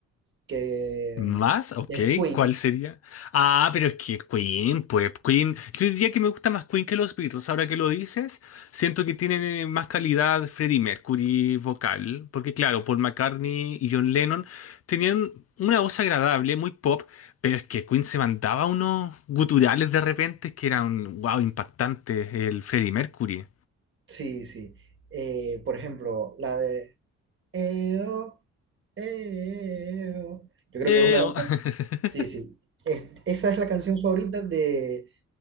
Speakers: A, on the right; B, on the left.
A: que
B: ¿Más?
A: mm,
B: Ok,
A: es Queen.
B: ¿cuál sería? Ah, pero es que Queen, pues Queen, yo diría que me gusta más Queen que los Beatles, ahora que lo dices, siento que tienen eh, más calidad Freddie Mercury vocal, porque claro, Paul McCartney y John Lennon tenían una voz agradable, muy pop, pero es que Queen se mandaba unos guturales de repente que eran, wow, impactantes, el Freddie Mercury.
A: Sí, sí. Eh, por ejemplo, la de Eo, eo. Yo creo
B: Eh,
A: que es una de
B: oh. <laughs>
A: las... Sí, sí. Es- esa es la canción favorita de